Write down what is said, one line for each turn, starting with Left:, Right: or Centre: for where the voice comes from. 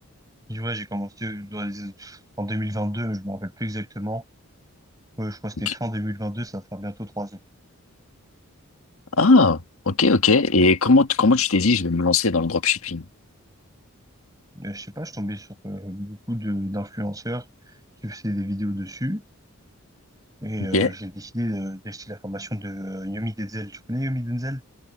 Right: ouais, j'ai commencé dans les- en 2022, mais je me rappelle plus exactement. Ouais, je crois que
Left: Ok.
Right: c'était fin deux mille vingt deux ça va faire bientôt trois ans.
Left: Ah, ok, ok. Et comment, t- comment tu t'es dit, je vais me lancer dans le dropshipping?
Right: Euh, je sais pas, je suis tombé sur euh, beaucoup de d'influenceurs qui faisaient des vidéos dessus et
Left: Ok.
Right: euh, j'ai décidé de- d'acheter la formation de euh, Yomi Denzel. Tu connais Yomi Denzel?